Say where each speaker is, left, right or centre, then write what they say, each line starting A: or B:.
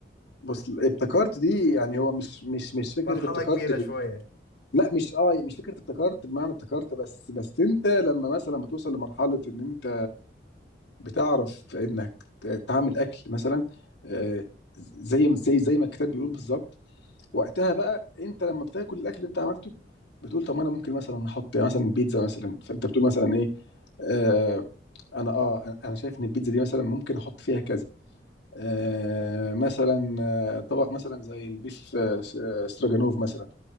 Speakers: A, on the left; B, on the left.
A: بص ابتكرت دي يعني هو مش مش مش فكره
B: مرحلة
A: ابتكرت
B: كبيرة
A: ب...
B: شوية
A: لا مش اه مش فكره ابتكرت بمعنى ابتكرت بس بس انت لما مثلا بتوصل لمرحله ان انت بتعرف انك ت- تعمل اكل مثلا آه، زي ما- زي زي ما الكتاب بيقول بالظبط وقتها بقى انت لما بتاكل الاكل اللي انت عملته بتقول طب ما انا ممكن مثلا احط يعني مثلا بيتزا مثلا فانت بتقول مثلا ايه آه انا اه انا أنا شايف ان البيتزا دي مثلا ممكن احط فيها كذا آه مثلا آه طبق مثلا زي البيف آه، س- آه، استراجانوف مثلا